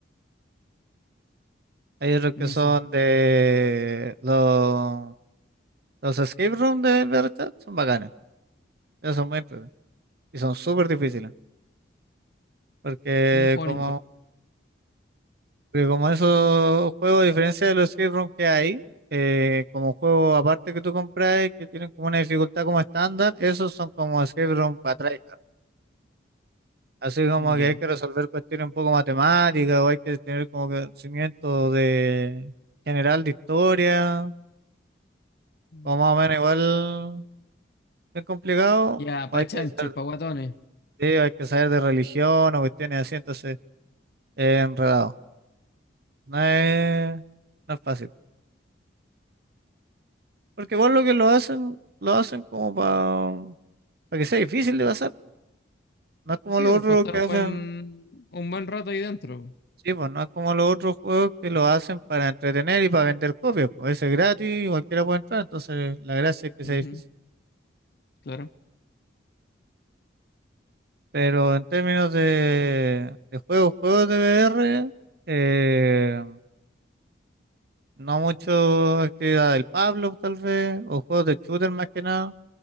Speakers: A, on the right; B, on the left.
A: Hay otros
B: no
A: que son
B: sé. Yo
A: de los, los escape room de Berchat, son bacanes. Esos son muy entretenidos. Y son súper difíciles. Porque
B: yo no juego
A: como,
B: a ninguno.
A: porque como esos juegos, a diferencia de los escape room que hay, eh, como juegos aparte que tú compras que tienen como una dificultad como estándar, esos son como escape room para tryhard. Así como
B: Ujú, Ya.
A: que hay que resolver cuestiones un poco matemáticas o hay que tener como conocimiento de general de historia,
B: Mm.
A: como más o menos igual. es complicado,
B: Ya,
A: o
B: pa'
A: hay que
B: chanchos,
A: saber,
B: pa' guatones.
A: sí, hay que saber de religión o cuestiones así, entonces es enredado. No es, no es fácil. Porque igual lo que lo hacen, lo hacen como para que sea difícil de pasar. No es como
B: Sí,
A: los
B: o
A: otros
B: para estar
A: que hacen,
B: un buen, un buen rato ahí dentro.
A: sí, pues no es como los otros juegos que lo hacen para entretener y para vender copias. Pues ese es gratis, y cualquiera puede entrar, entonces la gracia es que
B: Ujú,
A: sea difícil.
B: Claro.
A: Pero en términos de, de juegos, juegos de VR, No mucho actividad del Pablo, tal vez, o juegos de shooter más que nada,